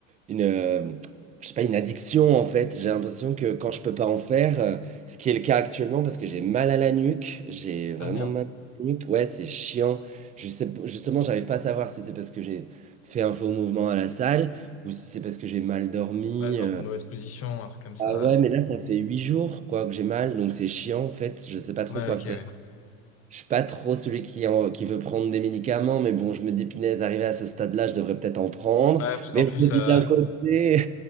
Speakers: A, on the right (about 20°); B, on the left (about 35°).
A: une, euh, je sais pas, une addiction en fait. J'ai l'impression que quand je peux pas en faire, euh, ce qui est le cas actuellement parce que j'ai mal à la nuque, j'ai vraiment
B: Ah merde.
A: mal à la nuque. Ouais, c'est chiant. Je sais- justement, j'arrive pas à savoir si c'est parce que j'ai fait un faux mouvement à la salle ou si c'est parce que j'ai mal dormi.
B: Ouais, dans
A: euh.
B: une mauvaise position, un truc comme ça.
A: Ah ouais, mais là, ça fait huit jours quoi que j'ai mal, donc c'est chiant en fait. Je sais pas trop
B: Ouais,
A: quoi
B: ok,
A: faire.
B: ouais. Ouais,
A: Je suis pas trop celui qui, en- qui veut prendre des médicaments, mais bon, je me dis, punaise, arrivé à ce stade-là, je devrais peut-être en prendre.
B: parce qu'en
A: Mais
B: plus,
A: je me dis
B: euh,
A: d'un côté,
B: s-